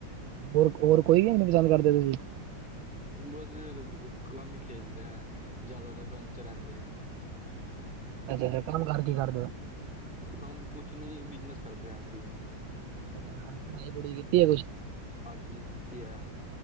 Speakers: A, on the right (about 85°); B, in the centre.
A: ਹੋਰ, ਹੋਰ ਕੋਈ ਨੀ ਪਸੰਦ ਕਰਦੇ ਤੁਸੀਂ।
B: ਹੁਣ ਬਸ ਏ ਕਮ ਹੀ ਖੇਲਦੇ ਹਾਂ ਜ਼ਿਆਦਾਤਰ ਕੰਮ ਚ ਰਹਿੰਦੇ ਆ।
A: ਅੱਛਾੱ, ਅੱਛਾ ਕੰਮ ਕਾਰ ਕੀ ਕਰਦੇ ਹੋ।
B: ਕੰਮ ਕੁਛ ਨੀ, ਬਿਜਨਸ ਕਰਦੇ ਹਾਂ ਅਸੀਂ।
A: ਅੱ ਪੜ੍ਹਾਈ ਪੜ੍ਹੀ ਕੀਤੀ ਹੈ ਕੁੱਛ
B: ਹਾਂਜੀ ਕੀਤੀ ਹੈ।